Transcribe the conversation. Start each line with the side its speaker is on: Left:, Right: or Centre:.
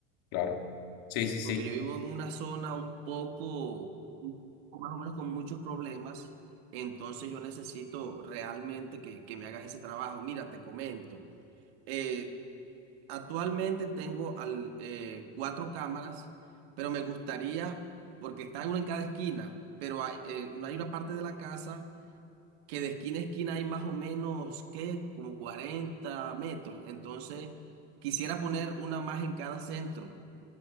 Left: Claro. Sí, sí, sí.
Right: porque yo vivo en una zona un poco, un poco más o menos con muchos problemas, entonces yo necesito realmente que, que me hagas ese trabajo. Mira, te comento, eh, actualmente tengo al, eh, cuatro cámaras, pero me gustaría, porque está uno en cada esquina, pero hay- eh, no hay una parte de la casa que de esquina a esquina hay más o menos, ¿qué? Como 40 metros, entonces quisiera poner una más en cada centro.